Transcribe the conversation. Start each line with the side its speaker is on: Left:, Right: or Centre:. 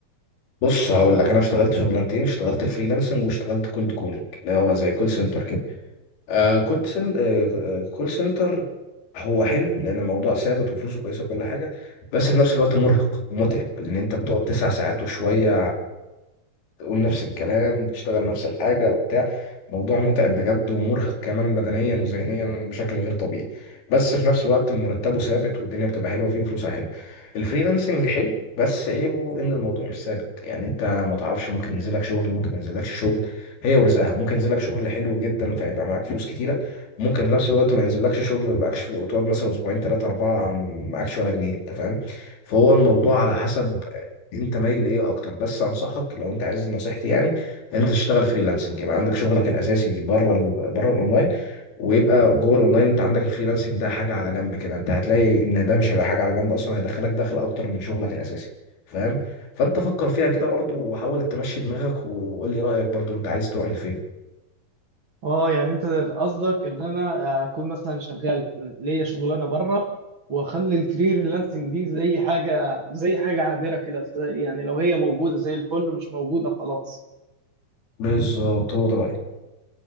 Left: بص هقول لك انا اشتغلت شغلانتين اشتغلت فريلانسنج واشتغلت كولد كولينج اللي هو زي كول سنتر كده آه كولد سن... آه كول سنتر هو حلو لان الموضوع ثابت وفلوسه كويسه وكل حاجه بس في نفس الوقت مرهق ومتعب لان انت بتقعد تسع ساعات وشويه تقول نفس الكلام وتشتغل نفس الحاجة وبتاع موضوع متعب بجد ومرهق كمان بدنيا وذهنيا بشكل غير طبيعي بس في نفس الوقت مرتبه ثابت والدنيا بتبقى حلوة فيه وفلوسه حلوة الفريلانسنج حلو بس عيبه ان الموضوع مش ثابت يعني انت ما تعرفش ممكن ينزلك شغل ممكن ما ينزلكش شغل هي ورزقها ممكن ينزلك شغل حلو جدا فيبقى معاك فلوس كتيرة ممكن في نفس الوقت ما ينزلكش شغل ما يبقاكش في- وتقعد مثلا اسبوعين ثلاثة أربعة معاكش ولا جنيه انت فاهم فهو الموضوع على حسب انت مايل لايه اكتر بس انصحك لو انت عايز نصيحتي يعني ان انت تشتغل فريلانسنج يبقى عندك شغلك الاساسي بره ال... بره الاونلاين ويبقى جوه الاونلاين انت عندك الفريلانسنج ده حاجه على جنب كده انت هتلاقي ان ده مش هيبقى حاجه على جنب اصلا هيدخلك دخل اكتر من شغلك الاساسي فاهم فانت فكر فيها كده برضو وحاول تمشي دماغك وقول لي رايك برضو انت عايز تروح لفين
Right: اه يعني انت قصدك ان انا اكون مثلا شغال ليا شغلانه بره واخلي الفريلانسنج دي زي حاجه زي حاجه عابره كده يعني لو هي موجوده زي الفل مش موجوده خلاص
Left: بالظبط هو ده رايي